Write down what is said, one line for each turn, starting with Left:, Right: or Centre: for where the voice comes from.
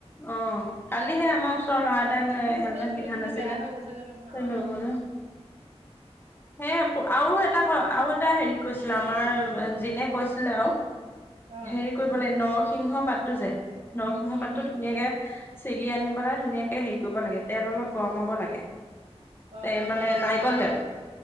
Left: অ, কালিহে আমাৰ ওচৰ ল'ৰা এটাক
Right: মোৰ গোটেই
Left: হেলমেট
Right: চুলি
Left: পিন্ধা
Right: খিনি
Left: নাছিলে।
Right: বেয়া হৈ গৈছেগে নহয়
Left: সেয়া
Right: অ
Left: আৰু এটা ক আৰু এটা হেৰি কৈছিলে আমাৰ যিনে কৈছিলে আৰু
Right: অ
Left: হেৰি কৰিব লাগে নৰসিংহ পাতটো যে নৰসিংহ
Right: উম
Left: পাততো
Right: উম
Left: ধুনীয়াকে ছিগি আনি পেলাই ধুনীয়াকে হেৰি কৰিব লাগে তেল অলপ গৰমাব লাগে।
Right: অ।
Left: এই মানে নাই নাৰিকল তেল,